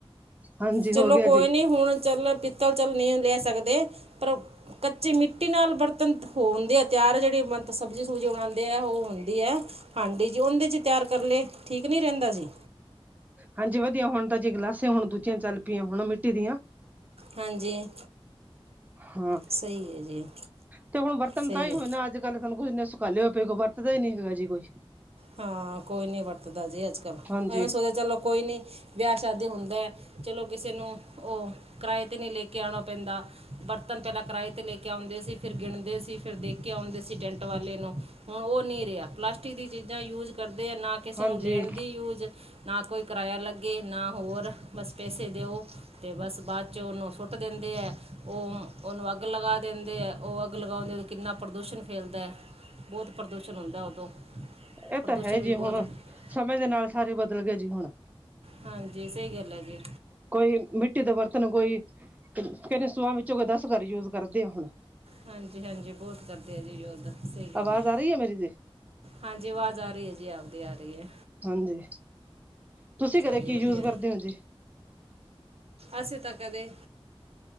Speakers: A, on the right (about 15°); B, on the right (about 75°).
A: ਹਾਂਜੀ
B: ਚਲੋ
A: ਹੋ ਗਿਆ
B: ਕੋਈ
A: ਜੀ
B: ਨੀ ਹੁਣ ਚੱਲ ਪਿੱਤਲ ਚੱਲ ਨਈ ਲੈ ਸਕਦੇ ਪਰ ਕੱਚੀ ਮਿੱਟੀ ਨਾਲ ਬਰਤਨ ਹੋ ਹੁੰਦੇ ਆ ਤਿਆਰ ਜਿਹੜੀ ਮ ਸਬਜ਼ੀ-ਸੁਬਜ਼ੀ ਬਣਾਉਂਦੇ ਆ ਉਹ ਹੁੰਦੀ ਐ ਹਾਂਜੀ ਜੀ ਉੰਦੇ ਚ ਤਿਆਰ ਕਰ ਲਏ ਠੀਕ ਨੀ ਰਹਿੰਦਾ ਜੀ।
A: ਹਾਂਜੀ ਵਧੀਆ ਹੁਣ ਤਾਂ ਜੇ ਗਲਾਸੇ ਹੁਣ ਦੂਜੀਆਂ ਚੱਲ ਪਈਆਂ ਹੁਣ ਮਿੱਟੀ ਦੀਆਂ।
B: ਹਾਂਜੀ
A: ਹਾਂ।
B: ਸਹੀ ਹੈ ਜੀ
A: ਤੇ ਹੁਣ ਬਰਤਨ
B: ਸਹੀ
A: ਤਾਂ ਹੀ
B: ਹੈ
A: ਹੋਏ ਨਾ ਅੱਜ। ਗੱਲ ਸਾਨੂੰ ਕੁਛੇ ਸੁਖਾਲਿਆ ਹੋ ਪਏ ਵਰਤਦਾ ਨੀ ਹੈਗਾ ਜੀ ਕੁਛ।
B: ਹਾਂ। ਕੋਈ ਨੀ ਵਰਤਦਾ ਜੇ ਅੱਜ ਕੱਲ,
A: ਹਾਂਜੀ
B: ਐਵੇਂ ਸੋਚਿਆ ਚਲੋ ਕੋਈ ਨੀ। ਵਿਆਹ ਸ਼ਾਦੀ ਹੁੰਦਾ ਐ, ਚਲੋ ਕਿਸੇ ਨੂੰ ਉਹ, ਕਿਰਾਏ ਤੇ ਨੀ ਲੈ ਕੇ ਆਣਾ ਪੈਂਦਾ। ਬਰਤਨ ਪਹਿਲਾਂ ਕਿਰਾਏ ਤੇ ਲੈ ਕੇ ਆਉਂਦੇ ਸੀ ਫਿਰ ਗਿਣਦੇ ਸੀ ਫਿਰ ਦੇਕੇ ਆਉਂਦੇ ਸੀ ਟੈਂਟ ਵਾਲੇ ਨੂੰ। ਹੁਣ ਉਹ ਨੀ ਰਿਹਾ। ਪਲਾਸਟਿਕ ਦੀ ਚੀਜ਼ਾਂ ਯੂਜ ਕਰਦੇ ਆ ਨਾ ਕਿਸੇ
A: ਹਾਂਜੀ
B: ਨੂੰ ਲੈਣ ਦੀ ਯੂਜ ਨਾ ਕੋਈ ਕਿਰਾਇਆ ਲੱਗੇ, ਨਾ ਹੋਰ, ਬਸ ਪੈਸੇ ਦਿਓ ਤੇ ਬਸ ਬਾਅਦ ਚ' ਉਹਨੂੰ ਸੁੱਟ ਦਿੰਦੇ ਐ, ਉਹ ਉਹਨੂੰ ਅੱਗ ਲਗਾ ਦਿੰਦੇ ਐ, ਉਹ ਅੱਗ ਲਗਾਉਂਦੇ ਕਿੰਨਾ ਪ੍ਰਦੂਸ਼ਣ ਫੈਲਦਾ। ਬੋਤ ਪ੍ਰਦੂਸ਼ਣ ਹੁੰਦਾ ਉਦੋਂ।
A: ਇਹ
B: ਪ੍ਰਦੂਸ਼ਣ
A: ਤਾਂ ਹੈ
B: ਵੀ
A: ਜੀ
B: ਬਹੁਤ
A: ਹੁਣ,
B: ਜ਼ਿਆ-
A: ਸਮੇਂ ਦੇ ਨਾਲ ਸਾਰੇ ਬਦਲ ਗੇ ਜੀ ਹੁਣ।
B: ਹਾਂਜੀ। ਸਹੀ ਗੱਲ ਐ ਜੀ।
A: ਕੋਈ ਮਿੱਟੀ ਦੇ ਬਰਤਨ, ਕੋਈ ਕਹਦੇ ਸੋਹਾਂ ਵਿੱਚੋਂ ਦਸ ਕਰਰ ਯੂਜ ਕਰਦੇ ਆ ਹੁਣ।
B: ਹਾਂਜੀ-ਹਾਂਜੀ ਬੋਤ ਕਰਦੇ ਆ ਜੀ ਯੋਧ, ਸਹੀ ਗੱਲ
A: ਆਵਾਜ਼
B: ਐ।
A: ਆ ਰਹੀ ਹੈ ਮੇਰੀ ਜੀ
B: ਹਾਂਜੀ ਆਵਾਜ਼ ਆ ਰਈ ਐ ਜੀ ਆਪਦੀ ਆ ਰਈ ਐ।
A: ਹਾਂਜੀ। ਤੁਸੀਂ ਘਰੇ
B: ਰਹੀ
A: ਕੀ
B: ਹੈ ਵਧੀਆ
A: ਯੂਜ ਕਰਦੇ ਓ ਜੀ?
B: ਅਸੀਂ ਤਾਂ ਕਦੇ